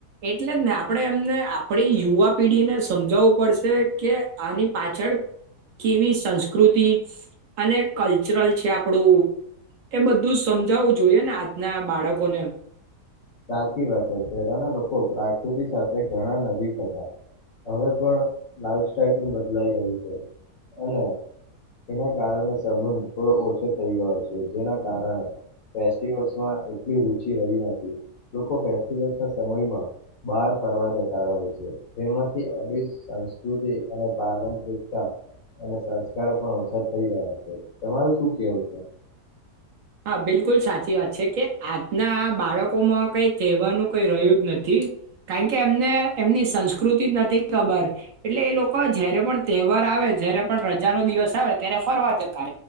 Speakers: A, on the right (about 65°); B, on the left (about 60°).
A: એટલે જ ને આપણે એમને આપણી યુવા પેઢીને સમજાવવું પડશે કે આની પાછળ કેવી સંસ્કૃતિ અને કલ્ચરલ છે આપણું એ બધું સમજાવવું જોઈએ ને આજના બાળકોને
B: સાચી પહેલાના લોકો પ્રાકૃતિ સાથે ઘણા નજીક હતા હવે પણ લાઈફ સાઈલ પણ બદલાઈ રહી છે અને એના કારણે સંબંધ થોડો ઓછો થઈ ગયો છે જેના કારણે ફેસ્ટમાં એટલી રુચિ રહી નથી લોકો ફેસ્ટિવલસ ના સમયમાં બહાર ફરવા જતા રહ છે જેમાંથી અ સંસ્કૃતિ અને પારંપરિકતા અને સંસ્કારો પણ ઓછા થઈ રહ્યા છે તમારું શું કેવું છે
A: હા બિલકુલ સાચી વાત છે કે આજના બાળકોમાં કઈ તહેવાર ન કઈ રહ્યું જ નથી કારણ કે એમને એમની સંસ્કૃતિ જ નથી ખબર એટલે એ લોકો જય્યારે પણ તહેવાર આવે જય્યારે પણ રજાનો દિવસ આવે અત્યારે ફરવા જતા